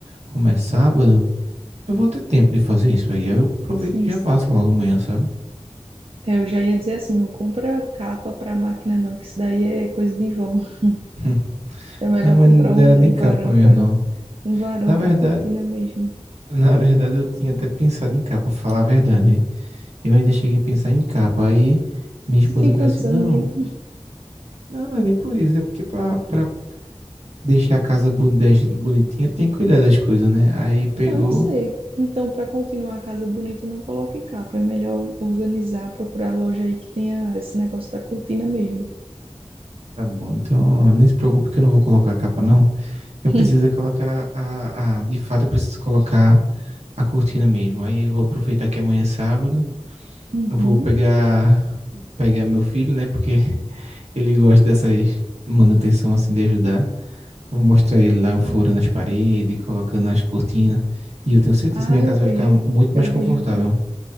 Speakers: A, on the right; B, on the right.
A: como é sábado, eu vou ter tempo de fazer isso aí. Aí eu aproveito
B: sim,
A: e
B: sim.
A: já faço logo amanhã, sabe?
B: É, eu já ia dizer assim, não compra capa para máquina não, que isso daí é coisa de vó. <laughs>
A: <laughs>
B: É melhor
A: Não, mas
B: comprar
A: não
B: um,
A: era nem
B: um
A: capa
B: varão
A: mesmo,
B: para
A: não.
B: um varão
A: Na verdade,
B: para cortina mesmo.
A: Na verdade, eu tinha até pensado em capa, pra falar a verdade. né? Eu ainda cheguei a pensar em capa. Aí minha esposa
B: Tu tem
A: falou
B: quantos
A: assim: não,
B: anos mesmo?
A: não, não é nem por isso, é porque pra, pra deixar a casa boni- da gente bonitinha tem que cuidar das coisas, né? Aí pegou,
B: Não, eu sei. Então, para continuar a casa bonita, não coloque capa. É melhor organizar, procurar loja aí que tenha esse negócio da cortina mesmo.
A: tá bom, então nem se preocupe que eu não vou colocar a capa, não. Eu
B: <laughs>
A: preciso é colocar a, a. De fato, eu preciso colocar a cortina mesmo. Aí eu vou aproveitar que amanhã é sábado,
B: Uhum.
A: eu vou pegar, pegar meu filho, né? Porque <laughs> ele gosta dessas manutenção assim de ajudar. Vou mostrar ele lá, eu furando as paredes, colocando as cortinas. E eu tenho certeza
B: Ah,
A: que minha
B: eu
A: casa vai
B: vejo,
A: ficar muito mais
B: eu
A: confortável.
B: vejo, vi-